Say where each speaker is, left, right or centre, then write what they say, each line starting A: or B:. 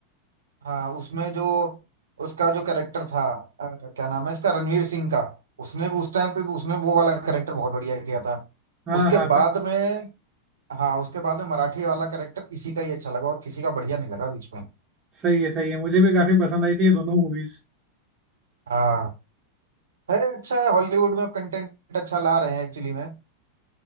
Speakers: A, on the right; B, on the right.
A: हाँ उसमें जो उसका जो कैरेक्टर था अ, क्या नाम है इसका रणवीर सिंह का उसने भी उस टाइम पे भी उसने वो वाला कैरेक्टर बहुत बढ़िया किया था
B: हाँ
A: उसके
B: हाँ
A: बाद
B: क-
A: में हाँ उसके बाद में मराठी वाला कैरेक्टर इसी का ही अच्छा लगा और किसी का बढ़िया नहीं लगा बीच में
B: सही है सही है मुझे भी काफी पसंद आई थी ये दोनों मूवीज
A: हाँ है अच्छा है हॉलीवुड में कंटेंट अच्छा ला रहे हैं एक्चुअली में